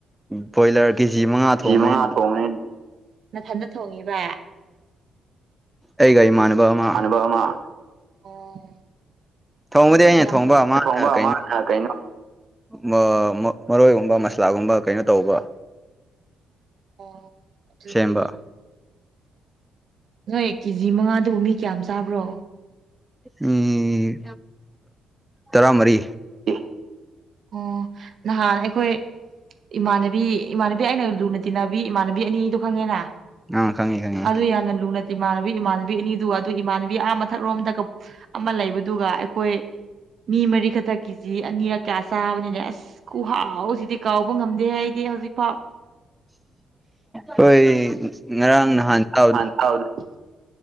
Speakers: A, in the centre; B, on the right.
A: ꯕꯣꯏꯂꯔ ꯀꯦꯖꯤ ꯃꯉꯥ
B: ꯀꯦꯖꯤ
A: ꯊꯣꯡꯕꯅꯦ
B: ꯃꯉꯥ ꯊꯣꯡꯉꯦ ꯅꯊꯟꯗ ꯊꯣꯡꯉꯤꯕ
A: ꯑꯩꯒ ꯏꯃꯥꯟꯅꯕ ꯑꯃ
B: <inaudible> ꯃꯥꯅꯕ ꯑꯃ ꯑꯣ
A: ꯊꯣꯡꯕꯗꯤ ꯑꯩꯅ
B: ꯌꯥꯝ
A: ꯊꯣꯡꯕ ꯃꯥꯅ
B: ꯊꯣꯡꯕ
A: ꯀꯩꯅꯣ
B: ꯃꯥꯅꯥ ꯀꯩꯅꯣ
A: ꯃ ꯃꯔꯣꯏꯒꯨꯝꯕ ꯃꯁꯂꯥꯒꯨꯝꯕ ꯀꯩꯅꯣ ꯇꯧꯕ
B: ꯑꯣ ꯑꯗꯨꯗꯤ
A: ꯁꯦꯝꯕ
B: ꯅꯣꯏ ꯀꯦꯖꯤ ꯃꯉꯥꯗꯨꯕꯨ ꯃꯤ ꯀꯌꯥꯝ ꯆꯥꯕ꯭ꯔꯣ
A: ꯎꯝ ꯇꯔꯥ ꯃꯔꯤ
B: <unintelligible> ꯑꯣ ꯅꯍꯥꯟ ꯑꯩꯈꯣꯏ ꯏꯃꯥꯟꯅꯕꯤ ꯏꯃꯥꯟꯅꯕꯤ ꯑꯩꯅ ꯂꯨꯅ ꯇꯤꯟꯅꯕꯤ ꯏꯃꯥꯟꯅꯕꯤ ꯑꯅꯤꯗꯣ ꯈꯪꯉꯦꯅ
A: ꯑꯥ ꯈꯪꯉꯤ ꯈꯪꯉꯤ
B: ꯑꯗꯨ ꯌꯥꯝꯅ ꯂꯨꯅ ꯏꯃꯥꯟꯅꯕꯤ ꯏꯃꯥꯟꯅꯕꯤ ꯑꯅꯤꯗꯨ ꯑꯗꯨ ꯏꯃꯥꯟꯅꯕꯤ ꯑꯥ ꯃꯊꯛꯔꯣꯝꯗ ꯑꯃ ꯂꯩꯕꯗꯨꯒ ꯑꯩꯈꯣꯏ ꯃꯤ ꯃꯔꯤ ꯈꯇ ꯀꯤꯖꯤ <unintelligible> ꯆꯥꯕꯅꯤꯅꯦ ꯑꯁ ꯈꯨꯍꯥꯎꯁꯤꯗꯤ ꯀꯥꯎꯕ ꯉꯝꯗꯦ ꯍꯥꯏꯗꯤ ꯍꯧꯖꯤꯛ ꯐꯥꯎ
A: ꯍꯣꯏ ꯉꯔꯥꯡ ꯉꯍꯥꯟ <unintelligible>
B: <unintelligible>